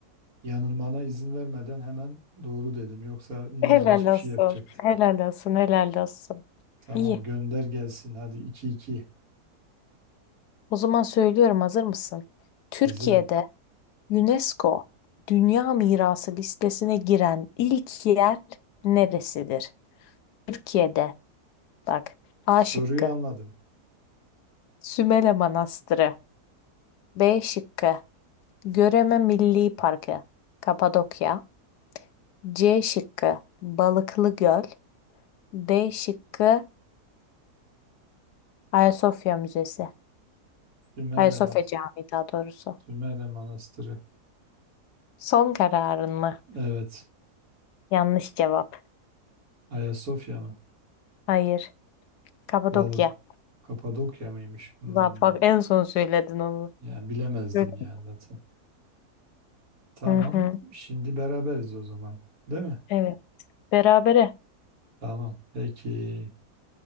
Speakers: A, on the right; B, on the left.
A: yanılmana izin vermeden hemen doğru dedim. Yoksa yine
B: Helal
A: yanlış bir şey
B: olsun.
A: yapacaktım.
B: Helal olsun. Helal olsun.
A: Tamam
B: İyi.
A: gönder gelsin. Hadi iki iki.
B: O zaman söylüyorum hazır mısın? Türkiye'de
A: Hazırım.
B: UNESCO Dünya Mirası listesine giren ilk yer neresidir? Türkiye'de bak A
A: Soruyu
B: şıkkı
A: anladım.
B: Sümele Manastırı B şıkkı Göreme Milli Parkı Kapadokya C şıkkı Balıklı Göl D şıkkı Ayasofya Müzesi
A: Sümerle,
B: Hayır Sofya
A: Mas
B: Camii daha doğrusu.
A: Sümerle Manastırı.
B: Son kararın mı?
A: Evet.
B: Yanlış cevap.
A: Ayasofya mı?
B: Hayır. Kapadokya.
A: Balı. Kapadokya mıymış? Hmm.
B: Allah bak en son söyledin onu.
A: Yani bilemezdim
B: Şöyle.
A: ya zaten. Tamam.
B: Hı hı.
A: Şimdi beraberiz o zaman. Değil mi?
B: Evet. Berabere
A: Tamam. Peki.